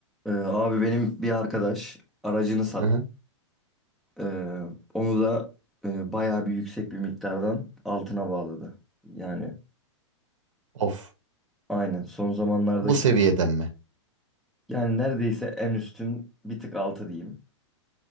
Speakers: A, in the centre; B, on the right.
A: Ee, abi benim bir arkadaş aracını sat.
B: Aha.
A: ee, onu da e, bayağı bir yüksek bir miktardan altına bağladı. Yani
B: Of.
A: aynen son zamanlardaki
B: Bu seviyeden mi?
A: yani neredeyse en üstün bir tık altı diyeyim.